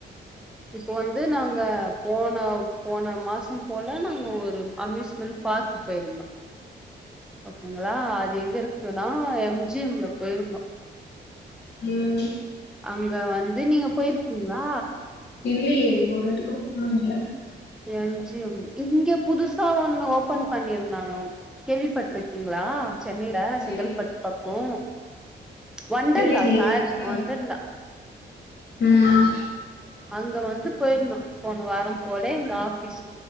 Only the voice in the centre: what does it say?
இப்ப வந்து நாங்க போன போன மாசம் போல நாங்க ஒரு அம்யூஸ்மெண்ட் பார்க்கு போயிருந்தோ அப்டிங்களா அது எங்க இருக்குனா எம் ஜி எம்ல போயிருந்தோ
அங்க வந்து நீங்க போய்ருக்கீங்ளா
எம் ஜி எம் இங்க புதுசா ஒன்னு ஓப்பன் பண்ணியிருந்தாங்க கேள்விப்பட்ருக்கீங்ளா சென்னையில செங்கல்பட்டு
பக்கோ வொண்டர்லா
சாரி
வொண்டர்லா
அங்க வந்து போயிருந்தோ போன வாரம் போல எங்க ஆபீஸ்